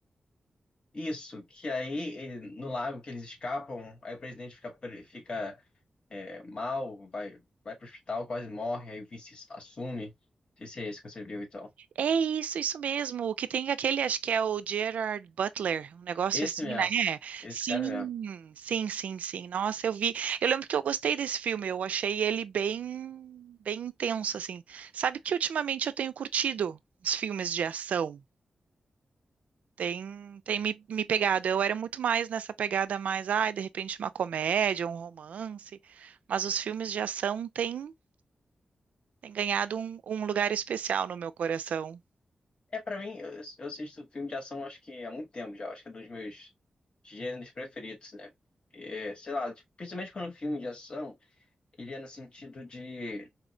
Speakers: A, on the left (about 45°); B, on the right (about 90°).
A: Isso, que aí ele- no lago que eles escapam, aí o presidente fica, pre- fica é, mal, vai, vai pro hospital, quase morre, aí o vice assume. Não sei se é esse que você viu e tal.
B: É isso, isso mesmo. O que tem aquele, acho que é o Gerard Butler, um negócio
A: Esse
B: assim,
A: mesmo,
B: né?
A: esse
B: Sim,
A: cara mesmo.
B: sim, sim, sim. Nossa, eu vi. Eu lembro que eu gostei desse filme, eu achei ele bem, bem intenso, assim. Sabe que ultimamente eu tenho curtido os filmes de ação. Tem, tem me, me pegado. Eu era muito mais nessa pegada mais, ai, de repente uma comédia, um romance. Mas os filmes de ação têm, têm ganhado um, um lugar especial no meu coração.
A: É, pra mim, eu, eu assisto filme de ação acho que há muito tempo já, acho que é um dos meus gêneros preferidos, né? É, sei lá, tipo, principalmente quando o filme de ação, ele é no sentido de